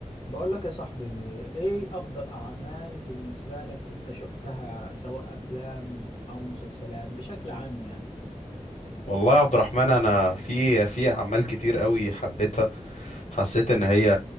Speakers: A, on the left (about 40°); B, on the left (about 65°).
A: بقول لك يا صاحبي ايه افضل اعمال بالنسبة لك انت شفتها سواء افلام او مسلسلات بشكل عام يعني
B: والله يا عبد الرحمن انا في في اعمال كتير قوي حبيتها حسيت ان هي